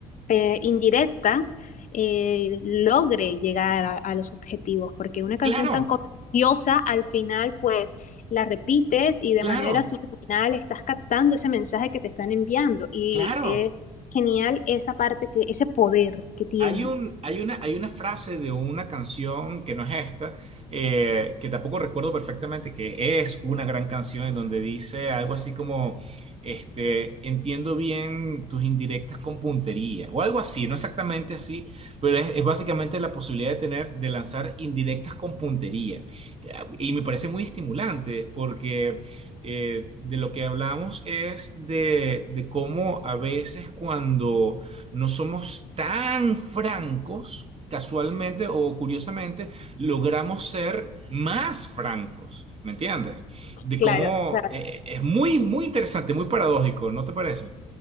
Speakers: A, on the left (about 45°); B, on the right (about 35°).
A: eh, indirecta eh, logre llegar a, a los objetivos, porque una canción
B: claro,
A: tan contagiosa al final pues la repites y de
B: claro,
A: manera subliminal estás captando ese mensaje que te están enviando y
B: claro.
A: es genial esa parte que ese poder que tiene.
B: Hay un, hay una, hay una frase de una canción que no es esta, eh, que tampoco recuerdo perfectamente, que es una gran canción en donde dice algo así como, este, entiendo bien tus indirectas con puntería, o algo así, no exactamente así, pero es, es básicamente la posibilidad de tener, de lanzar indirectas con puntería. Eh, Y me parece muy estimulante porque... eh, de lo que hablamos es de, de cómo a veces cuando no somos tan francos, casualmente o curiosamente, logramos ser más francos, ¿me entiendes? De
A: Claro,
B: cómo
A: o sea,
B: eh, es muy, muy interesante, muy paradójico, ¿no te parece?